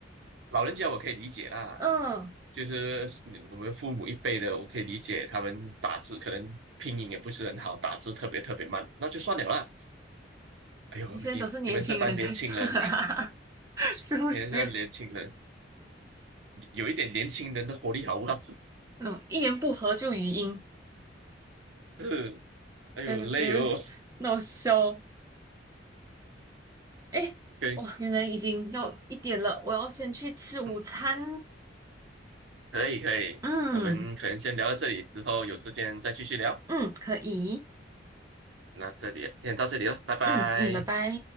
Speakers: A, on the right; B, on the right.
A: 老人家我可以理解啦，
B: 嗯，
A: 就是你我们父母一辈的，我可以理解他们打字可能拼音也不是很好，打字特别特别慢，那就算了啦。哎呦，
B: 现在都是年轻人在做啊，
A: 你你们这帮年轻人，
B: <laughs>
A: <laughs>
B: 是不是？
A: 你们这年轻人有一点年轻人的活力好不好？
B: 那种一言不合就语音，
A: <laughs> 是，哎呦累哦。
B: 就是就是那种笑。哎，
A: 对，
B: 哇，原来已经要一点了，我要先去吃午餐。
A: 嗯可以可以，
B: 嗯
A: 我们可能先聊到这里，之后有时间再继续聊。
B: 嗯，可以，
A: 那这里先到这里了，拜拜。
B: 嗯嗯，拜拜。